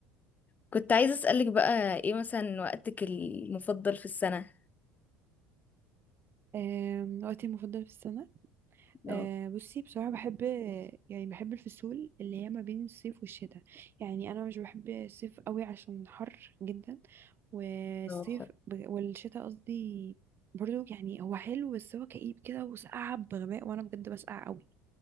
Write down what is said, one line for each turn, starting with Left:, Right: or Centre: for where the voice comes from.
Left: كنت عايزة اسألك بقى ايه مثلا وقتك المفضل في السنة؟
Right: أم، وقتي المفضل في السنه أه
Left: اه
Right: بصي بصراحه بحب يعني بحب الفصول اللي هي ما بين الصيف والشتاء يعني انا مش بحب الصيف قوي عشان حر جدا والصيف
Left: اه بصراحة.
Right: ب... والشتاء قصدي برضو يعني هو حلو بس هو كئيب كده وسقعة بغباء وانا بجد بسقع قوي